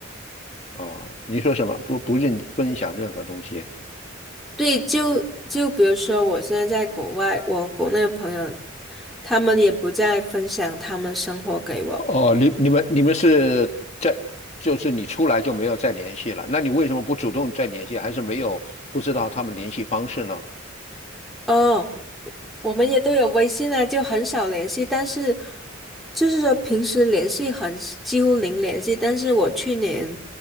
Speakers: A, on the left; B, in the centre.
A: 哦，你说什么？不不认分享任何东西。
B: 对，就就比如说，我现在在国外，我国内的朋友，他们也不再分享他们生活给我。
A: 哦，你你们你们是在就是你出来就没有再联系了，那你为什么不主动再联系？还是没有不知道他们联系方式呢？
B: 哦，我们也都有微信啊，就很少联系，但是就是说平时联系很几乎零联系。但是我去年，